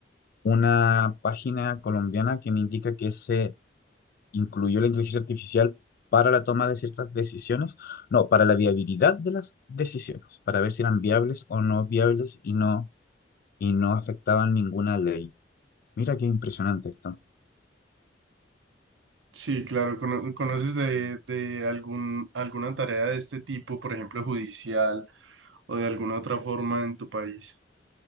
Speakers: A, on the left; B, on the right.
A: una página colombiana que me indica que se incluyó la inteligencia artificial para la toma de ciertas decisiones, no, para la viabilidad de las decisiones, para ver si eran viables o no viables y no, y no afectaban ninguna ley. Mira qué impresionante esto.
B: Sí, claro, cono- ¿conoces de, de algún, alguna tarea de este tipo, por ejemplo, judicial o de alguna otra forma en tu país?